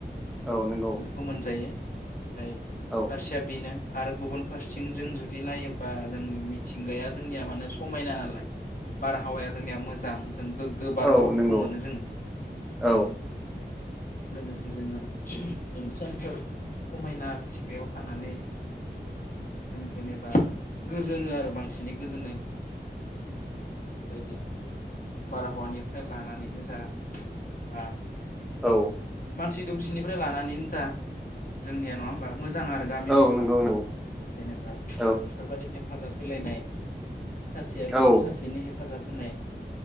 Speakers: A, in the centre; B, on the left (about 50°).
A: औ नंगौ
B: जों बेखौ मोनजायो ओमफ्राय
A: औ
B: फारसेया बेनो आरो गुबुन फारसेथिं जों जुदि नायोबा जों मिथिंगाया जोंनिया माने समायना नालाय बारहावाया जोंनिया मोजां जों गोग्गो बारहावाफोरखौ
A: औ नंगौ
B: मोनो जोङो
A: औ
B: लोगोसे जोङो ओ सोमखोर समायना मिथिंगायाव थानानै जों जेनेबा गोजोनो आरो बांसिनै गोजोननाय मोनो बेबायदि बारहावानिफ्राय लानानैनो जा आ
A: औ
B: मानसि दुमसिनिफ्राय लानानैनो जा जोंनिया नङा होमबा मोजां आरो गामि
A: औ
B: ओनसोलाव
A: नंगौ नंगौ
B: जेनेबा बेफोरबादि
A: औ
B: हेफाजाब होलायनाय सासेया गुबुन
A: औ
B: सासेनि हे हेफाजाब होनाय